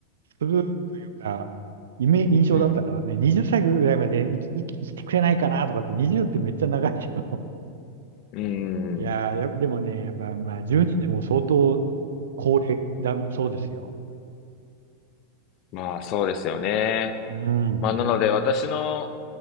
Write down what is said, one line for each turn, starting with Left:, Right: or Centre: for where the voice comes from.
Right: するというか、イメ、印象だったからね、
Left: うん、
Right: 20歳ぐらいまで生き、生き、生きてくれないかなとかって、20ってめっちゃ長いけど。
Left: うん。
Right: <laughs> いやー、や、でもね、やっぱまあ12でも相当高齢だ、そうですよ。
Left: まあ、そうですよね。
Right: うん、
Left: まあ、なので、私の